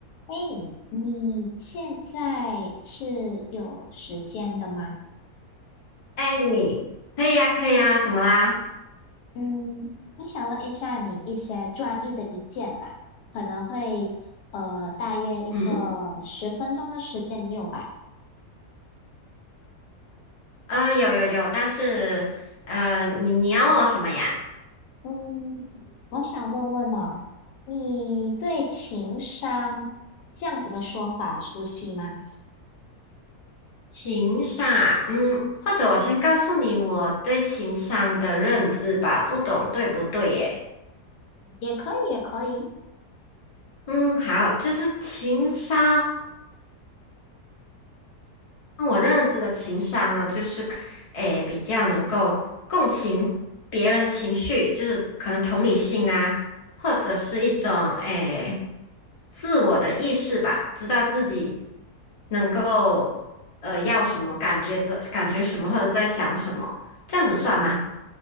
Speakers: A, on the left (about 80°); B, on the left (about 40°).
A: 哎，你现在是有时间的吗？
B: 哎，可以呀，可以呀，怎么啦？
A: 嗯，我想问一下你一些专业的意见吧，可能会呃大约一个十分钟的时间，
B: 嗯，
A: 你有吧？
B: 呃，有有有，但是，呃，你你要问我什么呀？
A: 嗯，我想问问哦，你对情商这样子的说法熟悉吗？
B: 情商，嗯，或者我先告诉你我对情商的认知吧，不懂对不对耶？
A: 也可以，也可以。
B: 嗯，好，就是情商。我认知的情商呢，就是，诶，比较能够共情别人的情绪，就是可能同理心啊，或者是一种诶自我的意识吧，知道自己能够呃要什么，感觉这感觉什么，或者在想什么，这样子算吗？